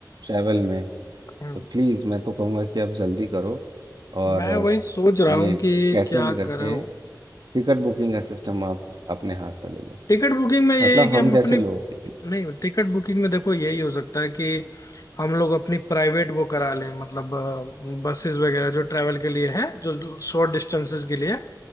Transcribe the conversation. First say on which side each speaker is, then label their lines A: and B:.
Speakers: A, on the right; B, on the left.
A: ट्रैवल में
B: हाँ,
A: तो प्लीज़ मैं तो कहूँगा कि आप जल्दी करो और
B: मैं वही सोच रहा
A: ये
B: हूँ कि
A: कैसे
B: क्या
A: भी करके
B: करूँ
A: टिकट बुकिंग का सिस्टम आप अपने हाथ में ले लो
B: टिकट बुकिंग में यही
A: मतलब
B: है कि
A: हम
B: हम
A: जैसे
B: अपने
A: लोग
B: नहीं टिकट बुकिंग में देखो यही हो सकता है कि हम लोग अपनी प्राइवेट वो करा लें मतलब बसेस वगैरह जो ट्रैवल के लिए है जो शॉर्ट डिस्टेंसेस के लिए है।